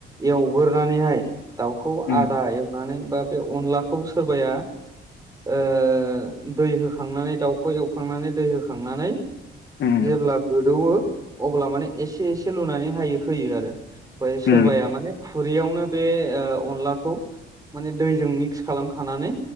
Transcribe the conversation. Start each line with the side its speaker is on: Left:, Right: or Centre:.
Right: एवगोरनानैहाय दाउखौ
Left: उम
Right: आदा एवनानै बा बे अनलाखौ सोरबाया ओ ओ दै होखांनानै दाउखौ एवखांनानै दै होखांनानै
Left: उम
Right: जेब्ला गोदौवो। अब्ला माने एसे एसे लुनानै हायो होयो आरो ओमफ्राय सोरबाया
Left: उम
Right: माने खुरैयावनो। बे ओ अनलाखौ माने दैजों मिक्स खालामखानानै